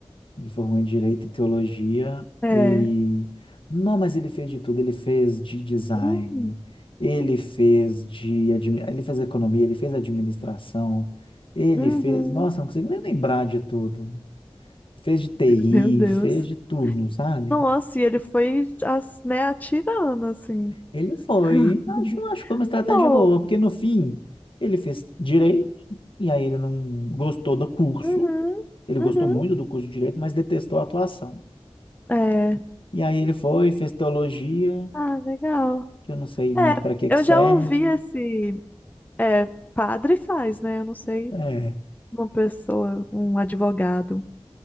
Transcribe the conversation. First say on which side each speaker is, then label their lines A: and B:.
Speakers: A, on the left; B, on the left.
A: Ele formou em Direito e Teologia
B: É.
A: e... Não, mas ele fez de tudo. Ele fez de design,
B: Hum,
A: ele fez de... admi- Ele fez economia, ele fez administração, ele
B: uhum.
A: fez... Nossa, não consigo nem lembrar de tudo. Fez de TI,
B: Meu Deus.
A: fez de tudo, sabe?
B: Nossa, e ele foi, as- né, atirando, assim.
A: Ele foi,
B: <laughs>
A: acho, acho que foi uma estratégia
B: Amor.
A: boa, porque no fim ele fez direito, e aí ele não gostou do curso,
B: Uhum,
A: ele gostou
B: uhum.
A: muito do curso de direito, mas detestou a atuação.
B: É.
A: E aí ele foi, fez teologia,
B: Ah, legal.
A: que eu não sei muito
B: É,
A: para que que
B: eu
A: serve.
B: já ouvi esse. É, padre faz, né? Eu não sei
A: É,
B: uma pessoa, um advogado.